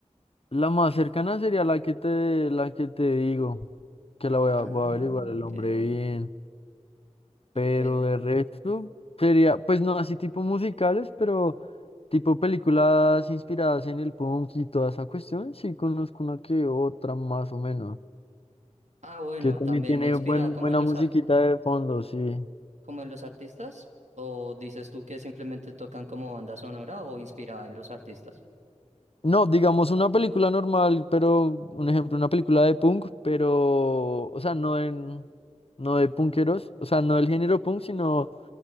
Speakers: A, on the left; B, on the right.
A: La más cercana sería la que te, la que te digo, que la voy a,
B: Ah,
A: voy a averiguar el
B: ok,
A: nombre bien. Pero
B: ok.
A: de resto sería, pues no así tipo musicales, pero tipo películas inspiradas en el punk y toda esa cuestión, sí conozco una que otra más o menos,
B: Ah, bueno,
A: que también
B: también
A: tiene
B: inspirada
A: buen,
B: como
A: buena
B: en los
A: musiquita
B: ar-
A: de fondo, sí.
B: como en los artistas. ¿O dices tú que simplemente tocan como banda sonora o inspirada en los artistas?
A: No, digamos una película normal, pero un ejemplo, una película de punk, pero, o sea, no en, no de punkeros, o sea, no del género punk, sino